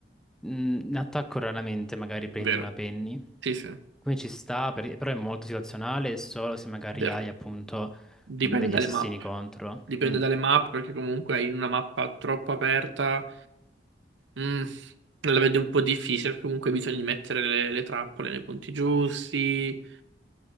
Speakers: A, in the centre; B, on the right.
A: Mm, In attacco raramente magari prendi
B: Vero,
A: una penny.
B: sì, sì,
A: Quindi ci sta, per- però è molto situazionale solo se magari
B: vero.
A: hai appunto
B: Dipende
A: degli
B: dalle
A: assassini
B: mappe,
A: contro.
B: dipende
A: Mm.
B: dalle mappe, perché comunque in una mappa troppo aperta mm, la vedo un po' difficile, perché comunque bisogna mettere le, le trappole nei punti giusti,